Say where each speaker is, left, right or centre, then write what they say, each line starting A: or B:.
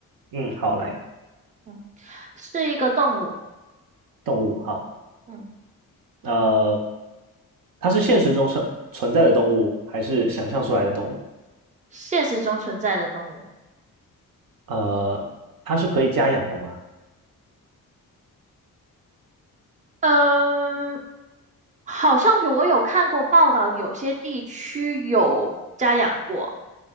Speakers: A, on the right (about 65°); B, on the right (about 20°).
A: 嗯，好来，
B: 嗯，是一个动物，
A: 动物好，
B: 嗯，
A: 呃，它是现实中生存在的动物还是想象出来的动物？
B: 现实中存在的动物，
A: 呃，它是可以家养的吗？
B: 嗯，好像有我有看过报道，有些地区有家养过，